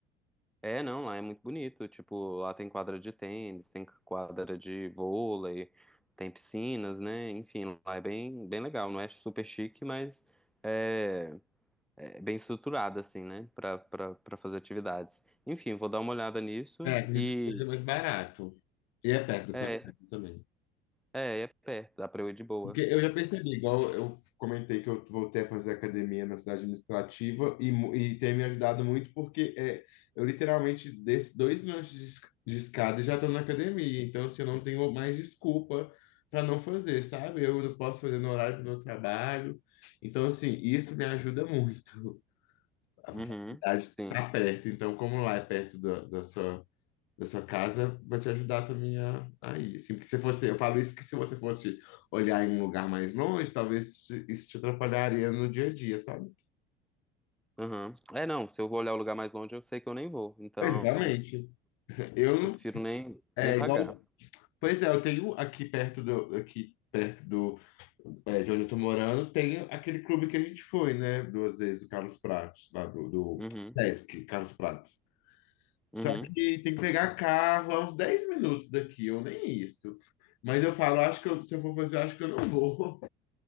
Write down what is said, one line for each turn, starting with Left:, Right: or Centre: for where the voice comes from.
Centre: É, não, lá é muito bonito. Tipo, lá tem quadra de tênis, tem quadra de vôlei, tem piscinas, né? Enfim, lá é bem, bem legal. Não é super chique, mas é, é bem estruturado, assim, né? Pra, pra, pra fazer atividades. Enfim, vou dar uma olhada nisso
Left: É, acredito
Centre: e.
Left: que seja mais barato. E é perto da sua
Centre: É,
Left: casa também.
Centre: é, é perto, dá pra eu ir de boa.
Left: Porque eu já percebi, igual eu comentei que eu voltei a fazer academia na cidade administrativa e, mu- e tem me ajudado muito porque é, eu literalmente desço dois lanches de esc- de escada e já estou na academia. Então, assim, eu não tenho mais desculpa para não fazer, sabe? Eu não posso fazer no horário do meu trabalho. Então, assim, isso me ajuda muito. <laughs> A
Centre: Uhum,
Left: facilidade
Centre: sim.
Left: está perto. Então, como lá é perto da, da sua da sua casa vai te ajudar também a, a ir. Assim, porque se fosse, eu falo isso porque se você fosse olhar em um lugar mais longe, talvez te- isso te atrapalharia no dia a dia, sabe?
Centre: Uhum. É, não, se eu vou olhar o lugar mais longe, eu sei que eu nem vou. Então,
Left: Exatamente. Eu
Centre: eu prefiro nem,
Left: é
Centre: nem pagar.
Left: igual. Pois é, eu tenho aqui perto do aqui perto do é, de onde eu tô morando, tem aquele clube que a gente foi, né? Duas vezes do Carlos Prates, lá do, do
Centre: Uhum.
Left: Sesc, Carlos Prates. Só
Centre: Uhum.
Left: que tem que pegar carro a uns 10 minutos daqui, ou nem isso. Mas eu falo, acho que eu- se eu for fazer, eu acho que eu não vou.